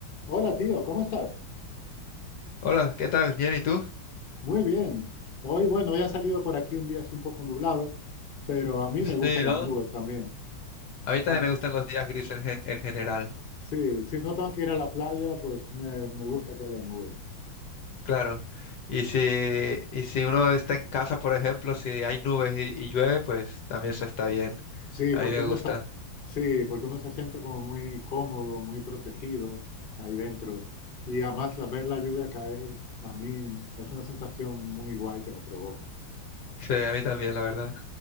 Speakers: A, on the left; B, on the left.
A: Hola tío, ¿cómo estás?
B: Hola, ¿qué tal? Bien, ¿y tú?
A: Muy bien. Hoy, bueno, ya ha salido por aquí un día así un poco nublado, pero a mí
B: Sí,
A: me gustan las
B: ¿no?
A: nubes también.
B: A mí también
A: Am-
B: me gustan los días grises en, ge- en general,
A: sí, si no tengo que ir a la playa, pues me, me gusta que haya nubes.
B: claro. Y si, y si uno está en casa, por ejemplo, si hay nubes y, y llueve, pues también se está bien.
A: Sí,
B: A
A: porque
B: mí me
A: uno
B: gusta.
A: está, sí, porque uno se siente como muy cómodo, muy protegido ahí dentro. Y además la- ver la lluvia caer, a mí es una sensación muy guay que me provoca.
B: Sí, a mí también, la verdad.